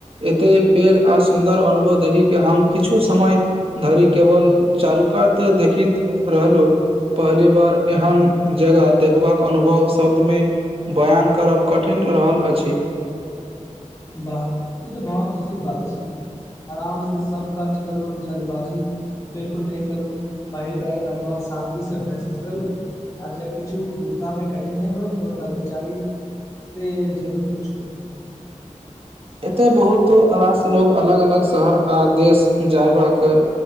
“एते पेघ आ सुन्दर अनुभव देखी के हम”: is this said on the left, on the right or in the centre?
Right